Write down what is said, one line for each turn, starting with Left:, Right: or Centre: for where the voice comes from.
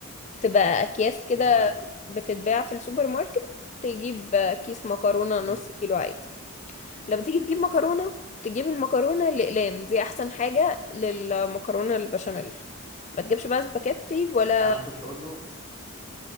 Left: بتبقى اكياس كده
Right: كيس واحد
Left: بتتباع في السوبر ماركت تجيب كيس مكرونه
Right: امم
Left: نص كيلو عادي لما تيجي تجيب مكرونة تجيب المكرونة الأقلام دي أحسن حاجة للمكرونة البشاميل ما تجيبش بقى سباكيتي ولا
Right: يعني أنا أخش أقول له